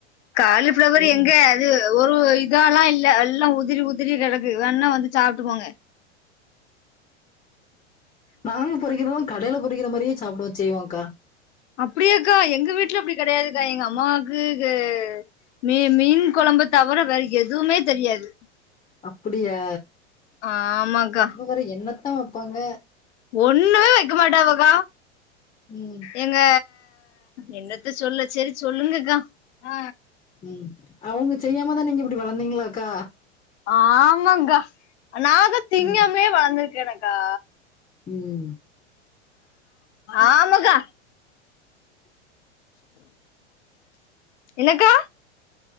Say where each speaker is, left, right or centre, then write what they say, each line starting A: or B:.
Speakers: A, on the left (about 75°); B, on the left (about 20°).
A: காலிஃபிளவர்
B: வேறென்ன
A: எங்க அது ஒரு இதால்லா இல்ல எல்லா உதிரி உதிரி கெடக்கு வேண்ணா வந்து சாப்ட்டு போங்க
B: நாங்க பொறிக்கிறதும் கடையில பொறிக்கிற மாரியே சாப்டவோ செய்வோங்கா
A: அப்புடியாக்கா எங்க வீட்டுல அப்புடி கிடையாதுக்கா எங்க அம்மாவுக்கு க மீ மீன் குழம்பு தவிர வேற எதுவுமே தெரியாது
B: அப்படியா
A: ஆமாக்கா
B: அப்ப வேற என்னத்தா வெப்பாங்க?
A: ஒன்னுமே வெக்க மாட்டாவக்கா.
B: ம்
A: எங்க என்னத்த சொல்ல செரி சொல்லுங்கக்கா ஆ
B: உம்! அவுங்க செய்யாம தா நீங்க இப்டி வளந்தீங்களாக்கா?
A: ஆமாங்கா நா தா திங்காமே
B: ம்
A: வளந்திருக்கேனேக்கா.
B: உம்!
A: ஆமாக்கா என்னக்கா